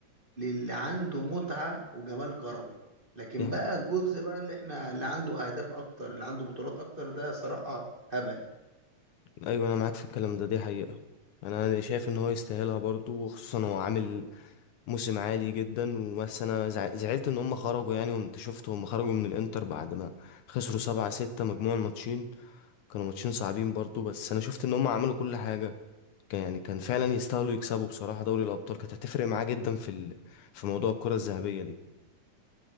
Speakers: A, on the right; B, on the left.
A: للي عنده متعة وجمال كروي لكن
B: دي حقيقة.
A: بقى الجزء بقى اللي إحنا اللي عنده أهداف أكتر اللي عنده بطولات أكتر ده صراحة هبل
B: ايوه انا معاك في الكلام ده دي حقيقه انا أنا شايف ان هو يستاهلها برضو وخصوصا هو عامل موسم عالي جدا وبس انا زع- زعلت ان هم خرجوا يعني وانت شفت هم خرجوا من الانتر بعد ما خسروا سبعة ستة مجموع الماتشين كانوا ماتشين صعبين برضو بس انا شفت ان هم عملوا كل حاجة كان يعني كان فعلا يستاهلوا يكسبوا بصراحة دوري الابطال كانت هتفرق معاه جدا في ال... في موضوع الكرة الذهبية دي